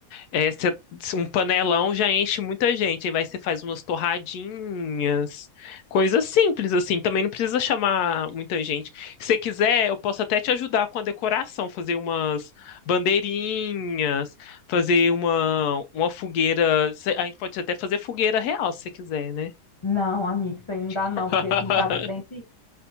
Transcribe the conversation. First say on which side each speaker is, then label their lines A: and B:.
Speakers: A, on the left (about 75°); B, on the left (about 35°).
A: É, cê- um panelão já enche muita gente. Aí vai, você faz umas torradinhas, coisas simples assim. Também não precisa chamar muita gente. Se você quiser, eu posso até te ajudar com a decoração, fazer umas bandeirinhas, fazer uma, uma fogueira. Cê- A gente pode até fazer fogueira real, se você quiser, né?
B: não, amigo, isso aí não dá
A: <laughs>
B: não, porque aqui em casa tem bicho.